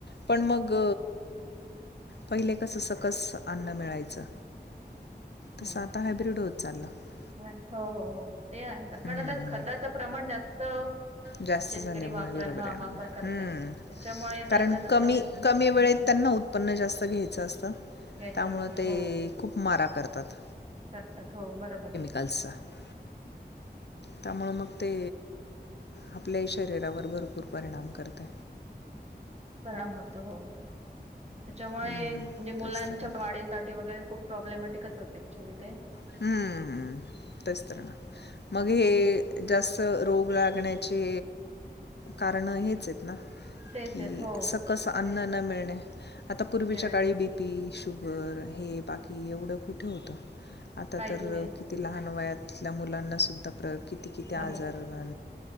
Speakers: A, on the left; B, on the right.
A: पण मग पहिले कसं सकस अन्न मिळायचं.
B: हं
A: तसं आता हायब्रीड होत चाललं हम्म,
B: वास हो हो हो ते आहे कानं
A: हम्म,
B: आता
A: हम्म.
B: खत <inaudible> प्रमाण जास्त.
A: जास्त
B: शेतकरी
A: झाल्यामुळे
B: वापर
A: बरोबर
B: हा
A: आहे
B: वापर करतायत
A: हम्म
B: त्याच्यामुळे
A: कारण
B: ते आता तसं
A: कमी कमी वेळेत त्यांना उत्पन. उपन्न जास्त घ्यायचं असतं.
B: घ्यायच
A: त्यामुळं
B: असतं
A: ते
B: हो.
A: खूप मारा करतात.
B: करतात हो बरोबर आहे.
A: <inaudible> त्यामुळं ते आपल्याही शरीरावर भरपूर परिणाम करते.
B: परिणाम होत हो त्याच्यामुळे
A: हम्म,
B: म्हणजे मुलांच्या
A: तेच तर ना
B: वाढीसाठी वगैरे खूप. प्रॉब्लेमॅटिक होते ॲक्च्युली ते.
A: हम्म तेच तर मग हे.
B: हम्म
A: जास्त रोग लागण्याचे कारणं हेच आहेत.
B: तेच
A: कि
B: आहेत हो
A: सकस अन्न न मिळणे आता पूर्वीच्या
B: मिळणे
A: काळी
B: हो
A: बीपी. शुगर हे बाकी एवढं कुठे होतं. आता
B: काहीच
A: तर
B: नाही
A: किती लहान वयातल्या मुलांना सुद्धा प्रयोग किती किती आजार
B: हो
A: होणार.